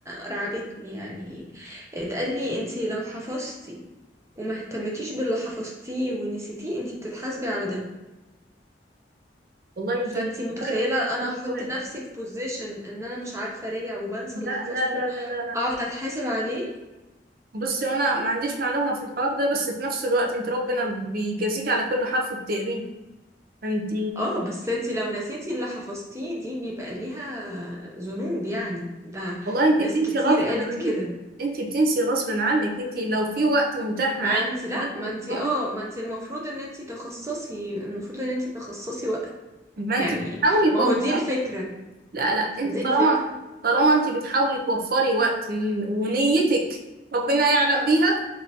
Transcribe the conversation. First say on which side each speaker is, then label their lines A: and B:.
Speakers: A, on the right; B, on the right.
A: رعبتني يعني اتقال لي انتي لو حفظتي وما اهتمتيش باللي حفظتيه ونسيتيه انتي بتتحاسبي على ده
B: والله أنت
A: فانتي
B: ليك
A: متخيلة
B: أجر
A: انا
B: في القرآن.
A: هحط نفسي في بوزيشن ان انا مش عارفة اراجع وبنسى
B: لا
A: اللي حفظته
B: لا لا لا لا لا
A: اقعد اتحاسب عليه
B: بصي وأنا ما عنديش معلومة في الحوار ده بس في نفس الوقت أنت ربنا بيجازيك على كل حرف بتقريه أنت
A: اه بس انتي لو نسيتي اللي حفظتيه دي بيبقى ليها ذنوب يعني ده
B: والله انت
A: ناس
B: بتنسي
A: كتير
B: غصب
A: قالت
B: عنك
A: كده
B: انت بتنسي غصب عنك انت لو في وقت متاح
A: ما
B: معاك
A: انتي لا
B: إنك تتفرغي،
A: ما انتي اه ما انتي المفروض ان انتي تخصصي المفروض ان انتي تخصصي وقت
B: ما انت
A: يعني
B: بتحاولي توفري
A: ما هو دي الفكرة
B: لا لا انت
A: دي الفكرة
B: طالما طالما انت بتحاولي توفري وقت ن- ونيتك ربنا يعلم بيها